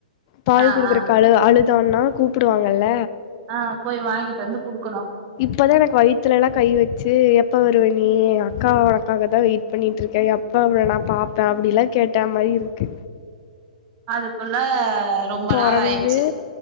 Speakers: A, on the left (about 40°); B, on the right (about 35°).
A: பால்
B: ஆ
A: குடுக்குற
B: ஆ
A: கால ஆளு தோன்னா கூப்புடுவாங்கல
B: ஆ போய் வாங்கிட்டு வந்து குடுக்கணு
A: இப்போதா எனக்கு வயித்துலலா கை வச்சு எப்போ வருவ நீ அக்கா உனக்காகதா வெயி ட் பண்ணிட்ருக்க எப்ப அவள நா பாப்ப அப்டிலா கேட்டா மாயிருக்கு
B: அதுக்குள்ள ரொம்ப
A: பொறந்து
B: நாள் ஆயிடுச்சு